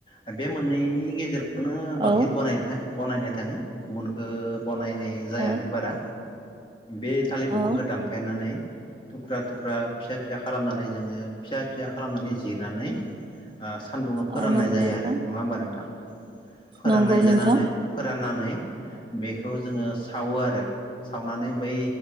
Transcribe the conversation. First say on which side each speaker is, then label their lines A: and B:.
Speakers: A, on the left; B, on the right.
A: ओ बे मोनैनि गेजेराव नो बांसिन
B: औ
A: बानाय थाय बनायनाय थाङो गुबुनखौ बनायनाय जायानो
B: औ
A: बारा बे थालिर बिंफांखौ
B: औ
A: दानफायनानै थुख्रा थुख्रा फिसा फि फिसा खालामनानै जोङो फिसा फिसा खालामनानै जिरनानै ओ सान्दुंङै फोराननाय
B: औ नंगौ
A: जायो
B: नोंथां
A: आरो नङा होमबा नोंथां फोराननाय
B: नंगौ नोंथां
A: जानानै फोराननानै बेखौ जोङो सावो आरो सावनानै बै